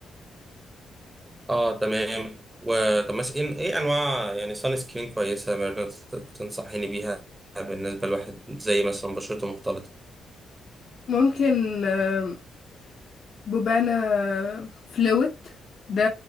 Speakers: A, on the right (about 15°); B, on the left (about 55°).
A: اه تمام وطب مثلا ايه إيه انواع يعني سان سكرين كويسه مثلا تنصحيني بيها بالنسبه لواحد زي مثلا بشرته مختلطه
B: ممكن آم، بوبانا فلوت ده